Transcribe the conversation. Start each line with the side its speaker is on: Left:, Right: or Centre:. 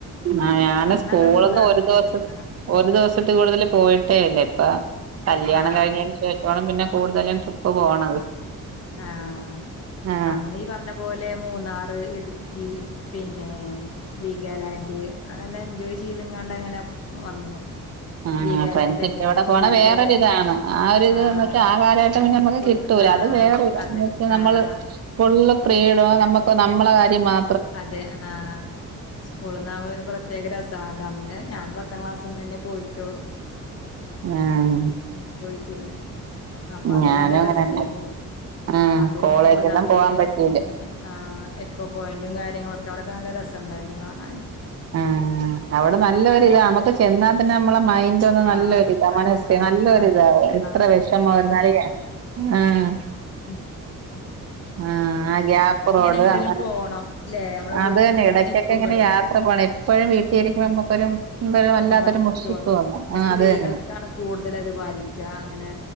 Right: ആഹ് ഞാന്
Left: അന്നാണ്
Right: സ്കൂളീന്ന്
Left: മൂന്നാർക്ക്
Right: ഒരു ദിവസ
Left: പോയത് ആഹ്
Right: ഒരു ദിവസത്തിൽ കൂടുതൽ പോയിട്ടേ ഇല്ല ഇപ്പ കല്യാണം
Left: ആഹ്
Right: കഴിഞ്ഞതിനു ശേ ഷമാണ് പിന്നെ കൂടുതലും ട്രിപ്പ് പോണത്
Left: ആഹ്
Right: ആ
Left: അന്നീ പറഞ്ഞ പോലെ മൂന്നാറ്, ഇടുക്കി, പിന്നെ വിഗാലാ ന്റ് അങ്ങനെ എൻജോയ് ചെയ്തങ്ങണ്ട് അങ്ങനെ വന്നു
Right: ആഹ്
Left: വീഗാലാൻഡ്
Right: ഫ്രണ്ട്സിന്റെ
Left: ഒക്കെ അവിടെ
Right: കൂടെ
Left: ഫുള്ള്
Right: പോണ വേറൊരിതാണ് ആ ഒരിത്
Left: ആഹ്
Right: വച്ചാ ആ കാലഘട്ടം പിന്നെ നമുക്ക്
Left: സ്കൂളിന്ന്
Right: കിട്ടൂല
Left: ആഹ്
Right: അത് വേറെ <unintelligible>
Left: അതെ
Right: എന്ന് വെച്ചാ നമ്മള്
Left: ആഹ്
Right: ഫുള്ള് ഫ്രീഡവും നമ്മുക്ക് നമ്മടെ കാര്യം മാ
Left: അതെ ആഹ് സ്കൂളീന്നാവുമ്പം പിന്നെ പ്ര ത്യേക രസം ആണല്ലൊ അന്ന് ഞാൻ പത്താം ക്ലാസിൽ നിന്ന് തന്നെ പോയിട്ടുള്ളൂ
Right: ആഹ്
Left: പിന്നെ പോയിട്ടില്ല അപ്പൊ അത്
Right: ഞാനും
Left: നല്ല
Right: അങ്ങനെന്നെ
Left: രസവായിരുന്നു
Right: ആ
Left: അന്ന് പിന്നെ
Right: കോളേജൊന്നും
Left: മൂന്നാറില്
Right: പോവാൻ പറ്റിയില്ല
Left: പിന്നേ ആഹ് എക്കോ പോയിന്റും കാര്യങ്ങളൊക്കെ അവിടൊക്കെ നല്ല രസമുണ്ടായിരുന്നു കാണാന്
Right: ഉം അവിടെ നല്ലൊരിതാ നമ്മുക്ക് ചെന്നാൽ തന്നെ നമ്മളെ മൈൻഡ്‌ നല്ലൊരിതാ
Left: ആ അതെ
Right: മനസ്സ്
Left: ആ
Right: നല്ലൊരിതാ
Left: ആ
Right: എത്ര
Left: ആ
Right: വിഷമം ആയിരുന്നാലും ആഹ്
Left: ഉം
Right: ആഹ് ആ ഗ്യാപ്പ് റോഡ്
Left: എങ്ങട്ടേലും
Right: അങ്ങനെ
Left: പോണം ല്ലെ നമ്മളെ
Right: അത്
Left: വീട്ടിൽ
Right: തന്നെ ഇടക്കൊക്കെ
Left: ഇരിക്കുമ്പോഴേ
Right: ഇങ്ങനെ യാത്ര പോണം എപ്പോഴും വീട്ടിലരിക്കുമ്പോ നമ്മുക്കൊരു നമ്മക്കൊരു വല്ലാത്തൊരു
Left: ഉം മടുപ്പ്
Right: മുഷിപ്പ് തോന്നും ആഹ്
Left: സ്ത്രീകൾക്കാണ്
Right: അത് തന്നെ
Left: കൂടുതൽ അത് ബാധിക്കുക അങ്ങനെ